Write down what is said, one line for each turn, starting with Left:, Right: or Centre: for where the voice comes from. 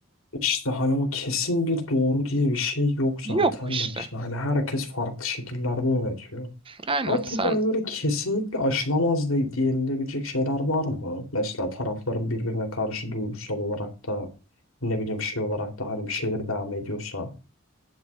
Left: İşte hani o kesin bir doğru diye bir şey yok zaten
Right: Yok işte.
Left: de işte hani herkes farklı şekillerde yönetiyor.
Right: Aynen
Left: Ama
Right: sen.
Left: peki hani böyle kesinlikle aşılamaz de- diyenilebilecek şeyler var mı? Mesela tarafların birbirine karşı duygusal olarak da ne bileyim şey olarak da hani bir şeyler devam ediyorsa.